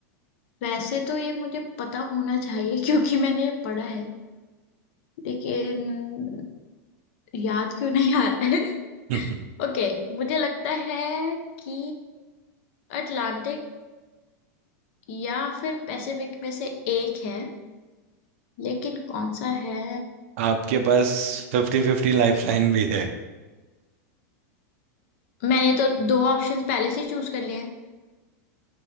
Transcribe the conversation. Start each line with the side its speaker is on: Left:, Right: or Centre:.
Left: वैसे तो ये मुझे पता होना चाहिए <laughs> क्योंकि मैंने ये पढ़ा है लेकिन याद क्यों नहीं आ रहा है
Right: <laughs>
Left: ओके मुझे लगता है कि अटलांटिक या फिर पैसिफिक में से एक है लेकिन कौन सा है
Right: आपके पास फिफ्टी फिफ्टी लाइफलाइन भी है
Left: मैंने तो दो ऑप्शंस पहले से चूज कर लिए हैं